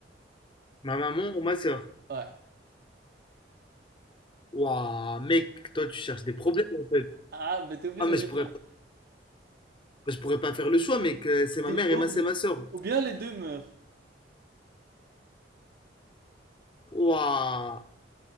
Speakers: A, on the left; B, on the right.
A: ma maman ou ma sœur.
B: Ouais.
A: Waouh, mec, toi, tu cherches des problèmes, en fait.
B: Ah, bah t'es obligé
A: Ah, mais
B: de
A: je
B: répondre.
A: pourrais, mais je pourrais pas faire le choix, mec. euh, C'est ma
B: T'es
A: mère et ma,
B: obli...
A: c'est ma sœur.
B: Ou bien les deux meurent.
A: Waouh.